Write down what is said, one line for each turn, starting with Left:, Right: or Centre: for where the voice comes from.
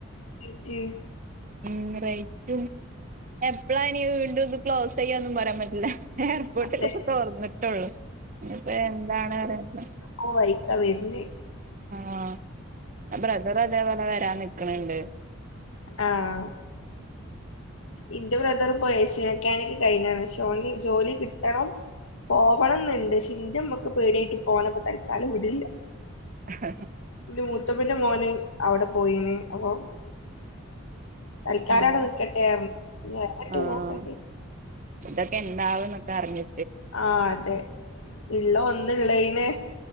Left: <unintelligible>
Right: ഉം, റൈറ്റും എപ്പളാണീ വീണ്ടുംത് ക്ലോസ്യ്യാ ഒന്നും പറയാൻ പറ്റില്ല, എയർപോർട്ടൊക്കെ
Left: അതെ
Right: ഇപ്പ തോറന്നിട്ടുള്ളൂ എനി ഇപ്പൊ എന്താണ് റയാറ്റില്ല,
Left: ഓഹ് വയ്ക്ക വെര്ന്ന്‌,
Right: ആഹ് ബ്രദറ അതേപോലെ വരാ നിക്കണണ്ട്,
Left: ആഹ്, ഇന്റെ ബ്രദർ പ്പോ ഏഷ്യ മെക്കാനിക് കഴഞ്ഞാണ് ക്ഷെ ഓന് ജോലി കിട് ത്തണം പോവണന്ന്ണ്ട് ക്ഷെ ൻ്റമ്മക്ക് പേടിയായിട്ട് പ്പോനപ്പോ തൽക്കാലം വിടില്ല,
Right: അഹ്
Left: ഇന്റെ മൂത്തമ്മന്റെ മോന് അവിടെ പോയിന് അപൊ തല്കാലാടെ
Right: ഉം
Left: നിക്കട്ടെർഞ്ഞ്, വേറെടേം
Right: ആഹ്
Left: നോക്കണ്ടി,
Right: ഇതൊക്കെ എന്താവൂന്നൊക്കെറിഞ്ഞി
Left: ആഹ് അതെ, ഇള്ള ഒന്ന്ള്ളെയ്നെ